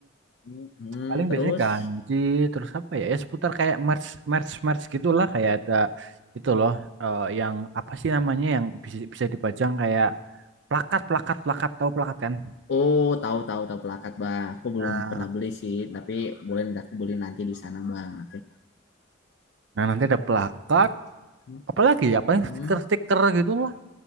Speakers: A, on the left (about 55°); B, on the right (about 60°).
A: Hmm, hmm.
B: Paling
A: terus.
B: biasanya ganci terus apa ya? Ya seputar kayak merch merch merch gitulah kayak ada itu loh eh, yang apa sih namanya yang bisa bisa dipajang kayak plakat plakat plakat tahu plakat kan?
A: Oh, tahu tahu tahu pelakat bang. Aku
B: Nah,
A: belum pernah beli sih, tapi boleh nanti aku beli nanti di sana bang. Nanti.
B: Nah, nanti ada plakat,
A: Hmm.
B: apalagi ya, paling
A: Hmm.
B: stiker-stiker gitu lah.